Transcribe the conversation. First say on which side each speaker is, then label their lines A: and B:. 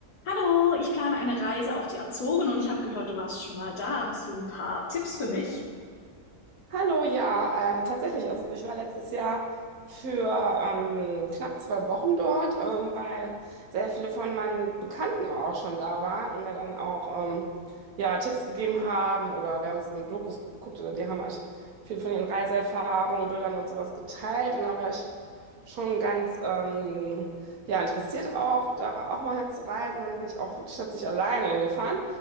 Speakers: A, on the left (about 75°); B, on the right (about 70°).
A: Hallo, ich plane eine Reise auf die Azoren und ich habe gehört, du warst schon mal da. Hast du ein paar Tipps für mich?
B: Hallo, ja, äh, tatsächlich. Also ich war letztes Jahr für ähm, knapp zwei Wochen dort, ähm, weil sehr viele von meinen Bekannten auch schon da waren und mir dann auch ähm, ja, Tipps gegeben haben oder wir haben zusammen Dokus geguckt oder die haben halt viel von ihren Reiseerfahrungen, Bildern und sowas geteilt. Und da war ich schon ganz ähm, ja, interessiert auch, da auch mal hinzureisen. Dann bin ich auch wirklich tatsächlich alleine hingefahren.